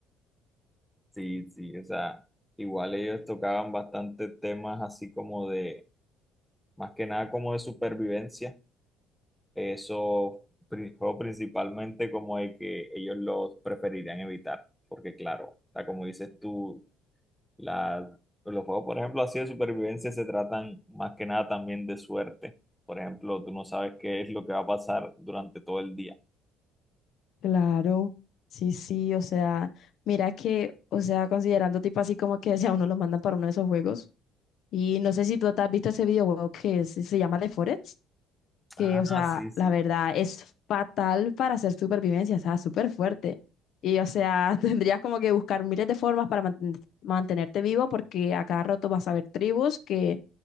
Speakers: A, in the centre; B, on the left (about 65°).
A: sí, sí, o sea, igual ellos tocaban bastante temas así como de, más que nada como de supervivencia, eso pri- fue principalmente como de que ellos los preferirían evitar, porque claro, o sea, como dices tú, La- los juegos, por ejemplo, así de supervivencia se tratan más que nada también de suerte. Por ejemplo, tú no sabes qué es lo que va a pasar durante todo el día.
B: claro, sí, sí, o sea, mira que, o sea, considerando tipo así como que si a uno lo mandan para uno de esos juegos, y no sé si tú te has visto ese videojuego que se, se llama The Forest. que,
A: Ah,
B: o sea,
A: sí, sí.
B: la verdad es fatal para hacer supervivencia, o sea, súper fuerte. Y, o sea, <laughs> tendrías como que buscar miles de formas para manten- mantenerte vivo porque a cada rato vas a ver tribus que